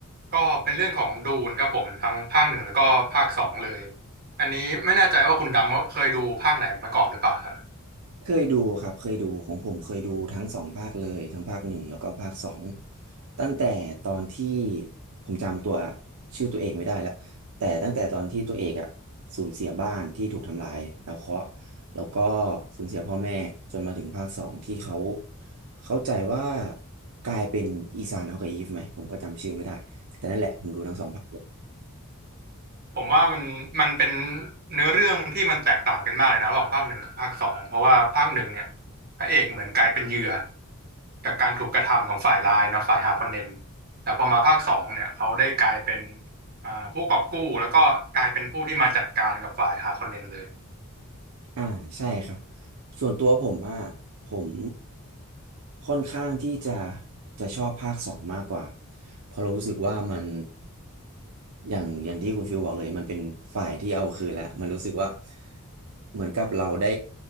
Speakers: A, on the right; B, on the right.
A: ก็เป็นเรื่องของดูนครับผมทั้งภาคหนึ่งแล้วก็ภาคสองเลย อันนี้ไม่แน่ใจว่าคุณดำเคยดูภาคไหนมาก่อนหรือเปล่าครับ
B: เคยดูครับเคยดูของผมเคยดูทั้งสองภาคเลยทั้งภาคหนึ่งแล้วก็ภาคสองตั้งแต่ตอนที่ผมจำตัวชื่อตัวเองไม่ได้ละแต่ตั้งแต่ตอนที่ตัวเอกอ่ะสูญเสียบ้านที่ถูกทำลายแล้วเคราะห์แล้วก็สูญเสียพ่อแม่จนมาถึงภาคสองที่เขาเข้าใจว่ากลายเป็นอีซานฮอกกับอีฟไหมผมก็จำชื่อไม่ได้แต่นั่นแหละผมดูทั้งสองภาค
A: ผมว่ามันมันเป็นเนื้อเรื่องที่มันแตกต่างกันมากเลยนะระหว่างภาคหนึ่งกับภาคสองเพราะว่าภาคหนึ่งเนี่ยพระเอกเหมือนกลายเป็นเหยื่อจากการถูกกระทำของฝ่ายร้ายนะฝ่ายฮาร์คอนเนนแต่พอมาภาคสองเนี่ยเขาได้กลายเป็นอ่าผู้กอบกู้แล้วก็กลายเป็นผู้ที่มาจัดการกับฝ่ายฮาร์คอนเนนเลย
B: อ่าใช่ครับส่วนตัวผมอ่ะผมค่อนข้างที่จะจะชอบภาคสองมากกว่าเพราะเรารู้สึกว่ามันอย่างอย่างที่คุณฟิลบอกเลยมันเป็นฝ่ายที่เอาคืนแล้วมันรู้สึกว่าเหมือนกับเราได้